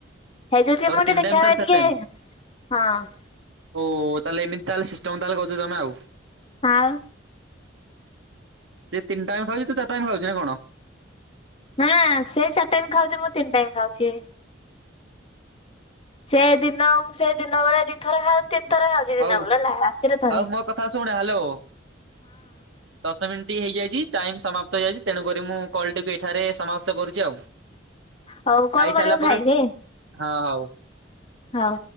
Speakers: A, on the left; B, on the right.
A: ହେଇଯାଉଛି
B: ତୋର
A: ମୁଁ
B: ତିନି
A: ଟିକେ
B: ଟାଇମ୍
A: ଦେଖିବା
B: ତାର
A: ହବେ
B: ଚାରି
A: ଟିକେ
B: ଟାଇମ୍।
A: ହଁ।
B: ଓ ତାହେଲେ ଏମିତି ତାହେଲେ ସିଷ୍ଟମ ତାହେଲେ କରିଛି ତମେ ଆଉ।
A: ଆଉ।
B: ସେ ତିନି ଟାଇମ୍ ଖାଉଛି, ତୁ ଚାରି ଟାଇମ୍ ଖାଉଛୁ ନା କଣ?
A: ନାଁ ସେ ଚାରି ଟାଇମ୍ ଖାଉଛି, ମୁଁ ତିନି ଟାଇମ୍ ଖାଉଛି। ସେ ଦିନକୁ ସେ ଦିନ ବେଳେ ଦି ଥର ଖାଏ। ତିନି ଥର ଖାଉଚି
B: ହଉ
A: ଦିନ ବେଳେ ହେଲା, ରାତିରେ ଥରେ।
B: ହଉ ମୋ କଥା ଶୁଣେ ହ୍ୟାଲୋ। ଦଶ ମିନିଟ୍ ହେଇଯାଇଛି, ଟାଇମ୍ ସମାପ୍ତ ହେଇଯାଇଛି। ତେଣୁକରି ମୁଁ କଲ୍ ଟିକୁ ଏଠାରେ ସମାପ୍ତ କରୁଛି ଆଉ।
A: ହଉ କଲ
B: ଖାଇସାଇଲା
A: କରିବୁ
B: ପରେ
A: ଖାଇକି
B: ହଁ ହଉ।
A: ହଉ।